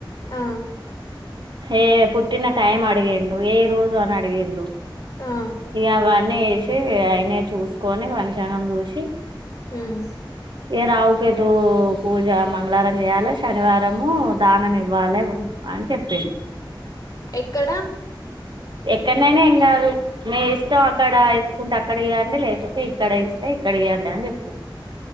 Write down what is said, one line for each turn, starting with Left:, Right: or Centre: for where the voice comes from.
Left: ఆ
Right: ఏ పుట్టిన టైం అడిగిండు ఏ రోజు అని అడిగిండు
Left: ఆ
Right: ఇక అవన్నీ వేసి ఆయనే చూసుకొని పంచాంగం చూసి
Left: ఉమ్
Right: ఎర అవుక తూ పూజా మంగళార ఈయాల శనివారము దానం ఇవ్వాలి అని చెప్పింది
Left: ఎక్కడ
Right: ఎక్కడనైనా కాదు మీ ఇష్టం అక్కడ ఇచ్చుకుంటే అక్కడ ఇవ్వండి లేకుంటే ఇక్కడ ఇస్తే ఇక్కడ ఇవ్వండి అని చెప్తుంది